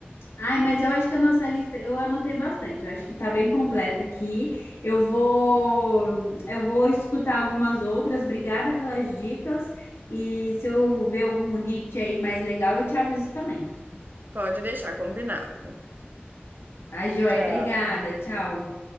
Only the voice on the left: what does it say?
Ai, mas eu acho que a nossa lista, eu anotei bastante, eu acho que está bem completa aqui. Eu vou, eu vou escutar algumas outras. Obrigada pelas dicas. E se eu ver algum hit aí mais legal, eu te aviso também.
Tá, joia?
Obrigada. Tchau.